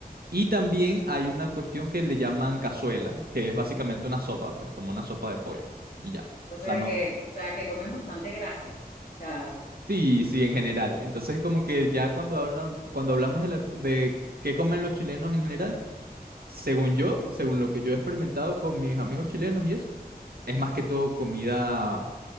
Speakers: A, on the right (about 75°); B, on the left (about 65°).
A: Y también hay una cuestión que le llaman cazuela, que es básicamente una sopa, pues, como una sopa de pollo, y ya.
B: O
A: O
B: sea
A: sea, no.
B: que, o sea que comen bastante grasa. O sea,
A: Sí, sí, en general. Entonces, como que ya cuando hablan, cuando hablamos de la, de qué comen los chilenos en general, según yo, según lo que yo he experimentado con mis amigos chilenos y eso, es más que todo comida